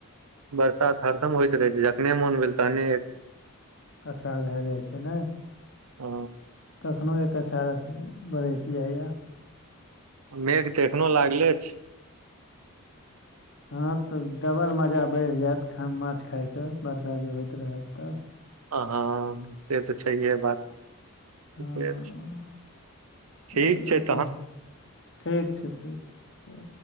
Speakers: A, on the right; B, on the left.
A: बरसात हरदम होइत रहै छै जखने मोन भेल तहने
B: अच्छा भ जाइ छै ने
A: ह
B: कखनो एक अछारा बरस जाइएा
A: मेघ तऽ एखनो लागले छै
B: हँ तऽ डबल मजा बढ़ि जायत माछ खायके वर्सा जे होइत रहत तऽ
A: आ से तऽ छैहे बात ठीके
B: हँ
A: छै
B: चलू
A: ठीक छै
B: तऽ
A: तहन
B: ठीक छै ठीक छै